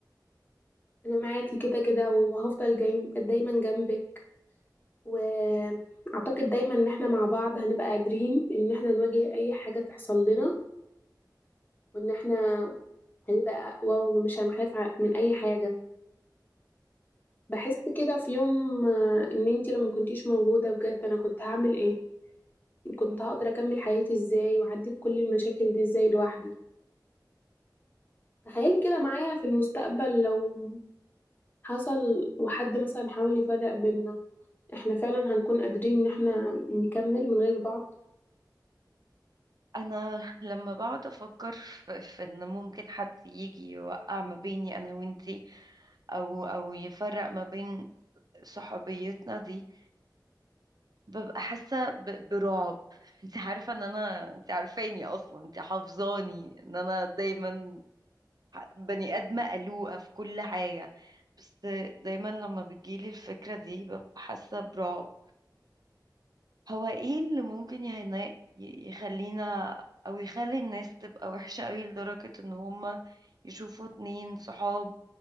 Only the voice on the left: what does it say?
أنا معاكي كده كده وهفضل جاي دايما جنبك وأعتقد دايما إن إحنا مع بعض هنبقى قادرين إن إحنا نواجه أي حاجة تحصل لنا وإن إحنا هيبقى واو مش هنخاف ع- من اي حاجه بحس كده في يوم آه، ان انتي لو ما كنتيش موجوده بجد انا كنت هعمل ايه كنت هقدر اكمل حياتي ازاي واعدي بكل المشاكل دي ازاي لوحدي تخيلي كده معايا في المستقبل لو حصل وحد مثلا حاول يفرق بينا احنا فعلا هنكون قادرين ان احنا نكمل من غير بعض